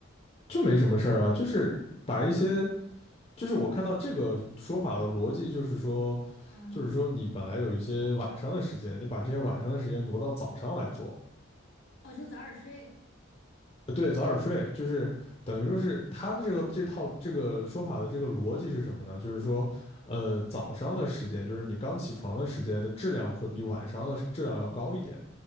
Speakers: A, on the left (about 30°); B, on the left (about 70°).
A: 就没什么事儿啊，就是把一些，就是我看到这个说法的逻辑，就是说，
B: 嗯，
A: 就是说你本来有一些晚上的时间，你把这些晚上的时间挪到早上来做，
B: 哦，就早点睡。
A: 对，早点睡，就是等于说是他的这个这套这个说法的这个逻辑是什么呢？就是说，呃，早上的时间，就是你刚起床的时间的质量会比晚上的质量要高一点，